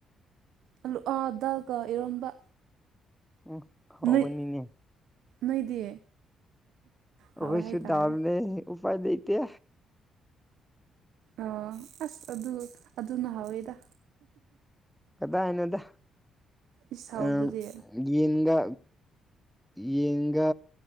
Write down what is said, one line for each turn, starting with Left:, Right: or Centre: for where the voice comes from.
Right: ꯑꯜꯂꯨ ꯑꯥ ꯗꯥꯜꯒꯣ ꯏꯔꯣꯟꯕ
Centre: ꯎꯝ ꯍꯥꯎꯕꯅꯤꯅꯦ
Right: ꯅꯣꯏ ꯅꯣꯏꯗꯤ
Centre: ꯍꯧꯈꯣꯏꯁꯨ
Right: ꯍꯥꯎꯋꯦ ꯍꯥꯏꯇꯥꯔꯦ
Centre: ꯊꯝꯅꯦ ꯎꯥꯏ ꯂꯩꯇ
Right: ꯑ ꯑꯁ ꯑꯗꯨ ꯑꯗꯨꯅ ꯍꯥꯎꯋꯦꯗ
Centre: ꯀꯗꯥꯏꯏꯅꯣꯗ
Right: ꯏꯁ ꯍꯥꯎꯕꯗꯨꯗꯤ
Centre: ꯑ ꯌꯦꯟꯒ ꯌꯦꯡꯒ